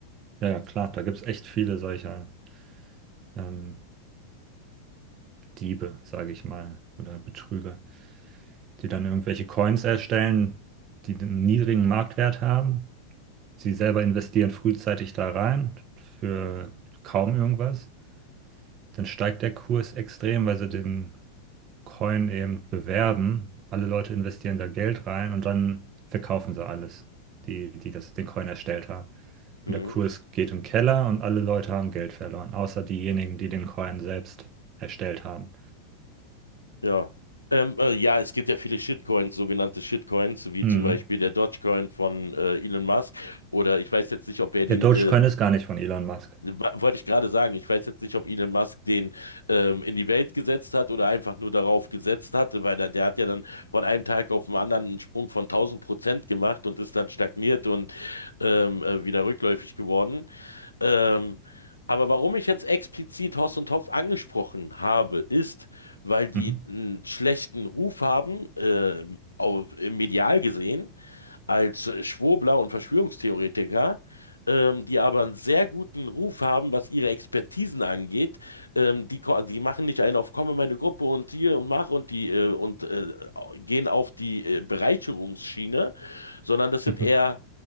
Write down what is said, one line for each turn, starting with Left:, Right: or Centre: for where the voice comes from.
Right: Ja, ja, klar, da gibt es echt viele solcher ähm, Diebe, sage ich mal, oder Betrüger. die dann irgendwelche Coins erstellen, die einen niedrigen Marktwert haben. Sie selber investieren frühzeitig da rein für kaum irgendwas. Dann steigt der Kurs extrem, weil sie den Coin eben bewerben. Alle Leute investieren da Geld rein und dann verkaufen sie alles, die, die das, den Coin erstellt haben.
Left: Mhm.
Right: Und der Kurs geht im Keller und alle Leute haben Geld verloren, außer diejenigen, die den Coin selbst erstellt haben.
Left: Ja. Ähm, äh, ja, es gibt ja viele Shitcoins, sogenannte Shitcoins, wie
Right: Mhm.
Left: zum Beispiel der Dogecoin von äh, Elon Musk. Oder ich weiß jetzt nicht, ob er
Right: Der
Left: den,
Right: Dogecoin
Left: äh,
Right: ist gar nicht von Elon Musk.
Left: wa- wollte ich gerade sagen, ich weiß jetzt nicht, ob Elon Musk den ähm, in die Welt gesetzt hat oder einfach nur darauf gesetzt hatte, weil der, der hat ja dann von einem Tag auf den anderen einen Sprung von tausend Prozent gemacht und ist dann stagniert und ähm, äh, wieder rückläufig geworden. Ähm, aber warum ich jetzt explizit Hoss und Hopf angesprochen habe, ist, weil die
Right: Mhm.
Left: einen schlechten Ruf haben, äh, auf, im medial gesehen, als äh, Schwurbler und Verschwörungstheoretiker, ähm, die aber einen sehr guten Ruf haben, was ihre Expertisen angeht. Ähm, die, ko- die machen nicht einen auf, komme in meine Gruppe und hier und mach und die äh, und äh, gehen auf die äh, Bereicherungsschiene, sondern das sind
Right: Mhm.
Left: eher